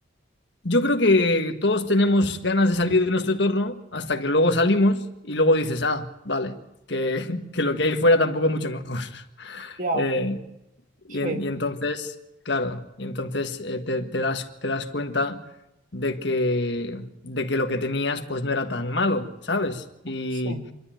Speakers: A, on the left; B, on the right.
A: yo creo que todos tenemos ganas de salir de nuestro entorno hasta que luego salimos y luego dices, ah, vale, que, <laughs> que lo que hay fuera tampoco es mucho mejor.
B: Ya,
A: Eh,
B: sí,
A: y, en- y entonces, claro, y entonces eh, te, te das, te das cuenta de que, de que lo que tenías pues no era tan malo, ¿sabes? Y,
B: sí,